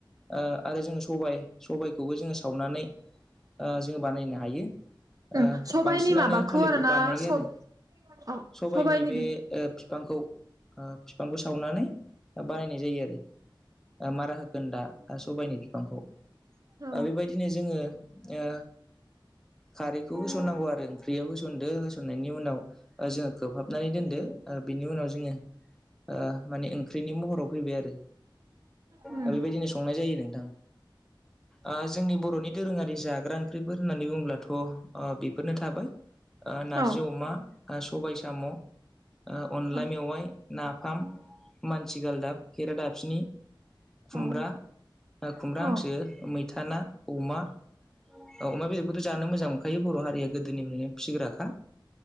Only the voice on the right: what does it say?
ओं
सबाइनि
माबाखौ
आरोना
सब
औ
सबाइनि
बि
औ
उम
औ
औ
औ
औ